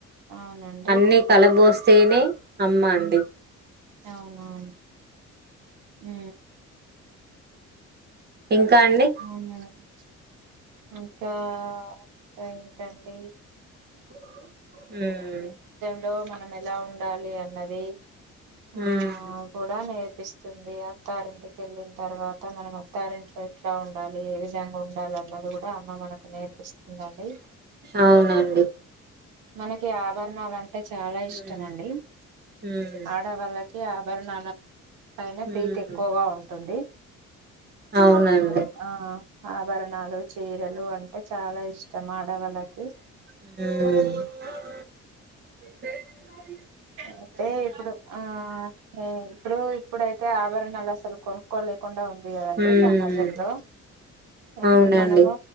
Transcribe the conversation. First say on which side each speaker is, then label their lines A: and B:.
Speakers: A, on the right; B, on the right.
A: అవునండి
B: అన్ని కలబోస్ స్తేనే అమ్మా అండి.
A: ఉమ్ అవునవును అ
B: ఇంకా అండి
A: అవునండి ఇంకా ఇంకా ఏంటండి
B: <inaudible> ఉమ్
A: లో మనం ఎలా ఉండాలి అన్నది ఆ
B: ఉమ్,
A: కూడా నేర్పిస్తుంది అత్తారింటికి వెళ్ళిన తర్వాత మనం అత్తారింట్లో ఎట్లా ఉండాలి ఏ విధంగా ఉండాలి అన్నది కూడా అమ్మ మనకు నేర్పిస్తుందండి
B: అవునండి
A: మానక్ కి ఆభరణాలు అం అంటే చాలా ఇష్టం
B: ఉమ్,
A: అండి
B: ఉమ్,
A: ఆడవాళ్ళకి ఆభరణాల అయినా
B: ఉమ్,
A: ప్రీతి ఎక్కువగా ఉంటుంది
B: అవునండి
A: ఉమ్ ఆ ఆభరణాలు చిరలు అంటే చాలా ఇష్టం ఆడవాళ్ళ కి
B: హమ్ డే లైక్
A: అయితే ఇప్పుడు ఆ ఉమ్ ఇప్పుడు ఇప్పుడైతే ఆభరణాలు అసలు కొనుక్కోలేకుండా ఉండ కదండి
B: ఉమ్
A: సమాజంలో
B: అవునండి
A: ఇప్పుడు మనము